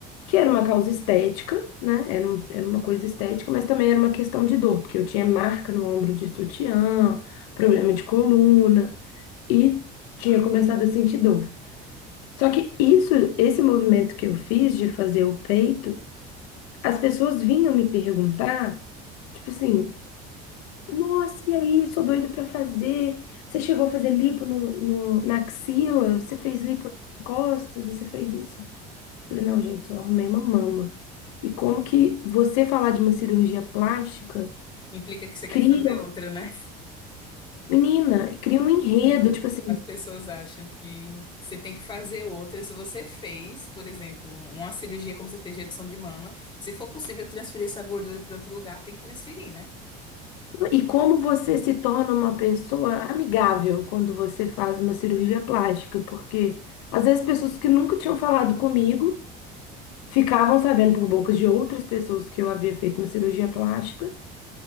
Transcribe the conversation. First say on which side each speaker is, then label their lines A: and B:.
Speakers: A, on the left; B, on the left.
A: Que era uma causa estética, né? Era, um- era uma coisa estética, mas também era uma questão de dor, porque eu tinha marca no ombro de sutiã, problema de coluna. e tinha começado a sentir dor. Só que isso, esse movimento que eu fiz de fazer o peito, as pessoas vinham me perguntar, tipo assim, nossa, e aí, sou doido pra fazer. Você chegou a fazer lipo no, no- na axila? Você fez lipo nas costas? Você fez isso? Eu falei, não, gente, só arrumei uma mama. E como que você falar de uma cirurgia plástica
B: Implica que você
A: cria,
B: quer fazer outra, né?
A: menina, cria um enredo,
B: É.
A: tipo assim,
B: As pessoas acham que você tem que fazer outra. Se você fez, por exemplo, uma cirurgia como você fez de redução de mama, se for possível transferir essa gordura para outro lugar, tem que transferir, né?
A: E como você se torna uma pessoa amigável quando você faz uma cirurgia plástica? Porque às vezes pessoas que nunca tinham falado comigo ficavam sabendo por bocas de outras pessoas que eu havia feito uma cirurgia plástica